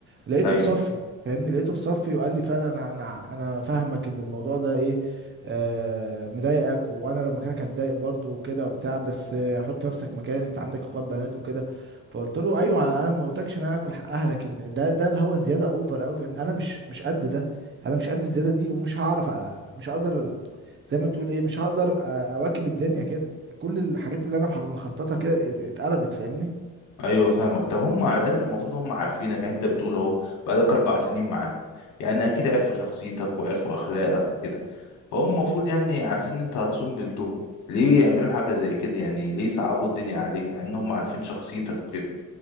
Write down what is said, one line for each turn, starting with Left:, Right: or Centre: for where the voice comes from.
Right: لقيته
Left: ايوه
Right: في صفي فاهمني لقيته في صفي وقال لي فعلا انا انا انا فاهمك ان الموضوع ده ايه آه مضايقك وانا لو مكانك هتضايق برضه وكده وبتاع بس آه، حط نفسك مكاني انت عندك اخوات بنات وكده فقلت له ايوه انا أنا ما قلتلكش ان انا هاكل حقها لكن ده ده اللي هو زياده اوفر قوي فاهمني انا مش مش قد ده انا مش قد الزياده دي ومش هعرف أ- مش هقدر زي ما تقول ايه مش هقدر أ- اواكب الدنيا كده كل الحاجات اللي انا مح- مخططها كده ات- اتقلبت فاهمني
Left: ايوه فاهمك طب هم على الاقل المفروض هم عارفينك يعني انت بتقول اهو بقالك اربع سنين معاهم يعني اكيد عرفوا شخصيتك وعرفوا اخلاقك وكده فهم المفروض يعني عارفين ان انت هتصوم بنتهم ليه يعملوا حاجه زي كده يعني ليه يصعبوا الدنيا عليك مع ان هم عارفين شخصيتك وكده